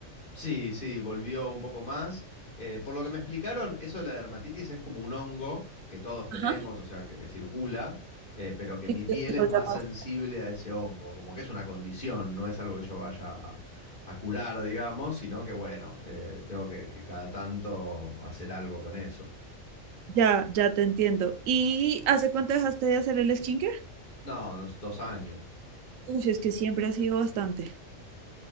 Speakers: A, on the left (about 40°); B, on the right (about 85°).
A: Sí, sí, volvió un poco más. Eh, por lo que me explicaron, eso de la dermatitis es como un hongo que todos tenemos,
B: ajá,
A: o sea, que, que circula, eh, pero que
B: exacto,
A: mi piel es
B: lo
A: más
B: llamas.
A: sensible a ese hongo, como que es una condición, no es algo que yo vaya a, a curar, digamos, sino que bueno, eh, tengo que, que cada tanto hacer algo con eso.
B: Ya, ya te entiendo. ¿Y hace cuánto dejaste de hacer el skincare?
A: No, unos dos años.
B: Uy, es que siempre ha sido bastante.